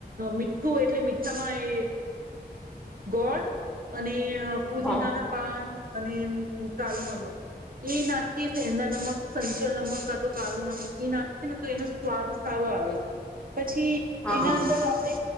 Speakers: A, on the right; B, in the centre.
A: મીઠું એટલે મીઠામાં એ ગોળ અને અ પુદીના
B: હા
A: ના પાન અને કાળુ નમક. <unintelligible> નાખી સંદા નમક સંચોલ નમક. તો કાળું નમક એ નાખી ને તો એનો સ્વાદ સારો આવે છે. પછી
B: હા
A: એના
B: હા
A: અંદર આપણે